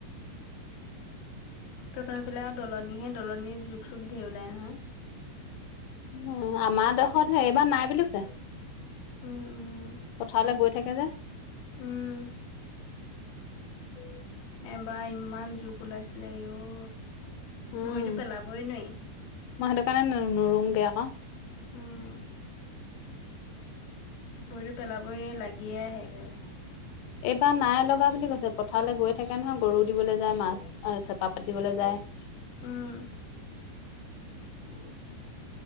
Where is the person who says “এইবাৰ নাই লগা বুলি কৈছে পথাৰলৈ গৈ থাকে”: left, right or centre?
Left